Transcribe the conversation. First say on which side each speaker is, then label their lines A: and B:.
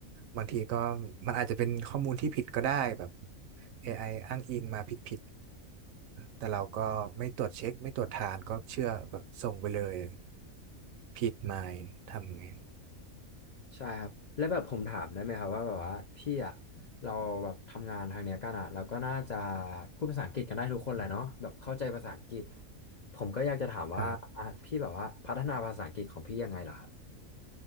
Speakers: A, on the right; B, on the left.
A: บางทีก็มันอาจจะเป็นข้อมูลที่ผิดก็ได้แบบ AI อไออ้างอิงมาผิดผิดแต่เราก็ไม่ตรวจเช็คไม่ตรวจทานก็เชื่อก็ส่งไปเลยผิดมาทำไง
B: ใช่ครับแล้วแบบผมถามได้ไหมครับว่าแบบว่าพี่อะเราแบบทำงานทางเนี้ยกันอะเราก็น่าจะพูดภาษาอังกฤษกันได้ทุกคนแหละเนาะแบบเข้าใจภาษาอังกฤษผมก็อยากจะถามว่าอ่ะพี่แบบว่าพัฒนาภาษาอังกฤษของพี่ยังไงล่ะครับ
A: ครับ